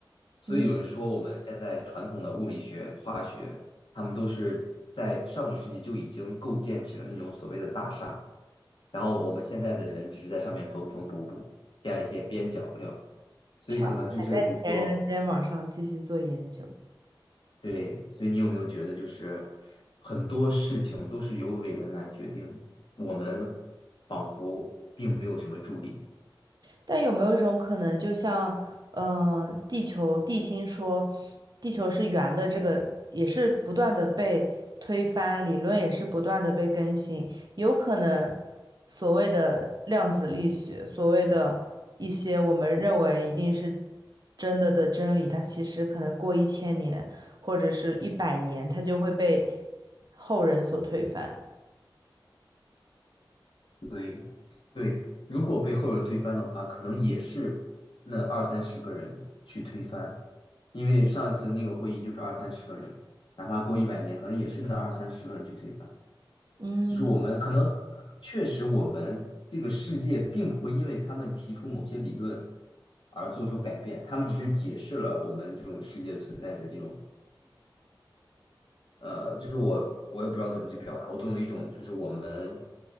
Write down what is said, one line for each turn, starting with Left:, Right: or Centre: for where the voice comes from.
Left: 所以有人说我们现在传统的物理学、
Right: 嗯，
Left: 化学，他们都是在上个世纪就已经构建起了那种所谓的大厦。然后我们现在的人只是在上面缝缝补补，加一些边角料，所以可能就是比如说，
Right: 踩踩在前人的肩膀上继续做研究。
Left: 对，所以你有没有觉得就是很多事情都是由伟人来决定的我们仿佛并没有什么助力，
Right: 但有没有一种可能，就像，嗯、地球地心说，地球是圆的，这个也是不断的被推翻，理论也是不断的被更新，有可能所谓的量子力学，所谓的一些我们认为一定是真的的真理，它其实可能过一千年或者是一百年，它就会被后人所推翻。
Left: 对对，如果被后人推翻的话，可能也是那二三十个人去推翻，因为上一次那个会议就是二三十个人，哪怕过一百年，可能也是那二三十个人去推翻。
Right: 嗯，
Left: 就是我们可能确实我们这个世界并不会因为他们提出某些理论而做出改变，他们只是解释了我们这种世界存在的这种呃，就是我我也不知道怎么去表达，我总有一种就是我们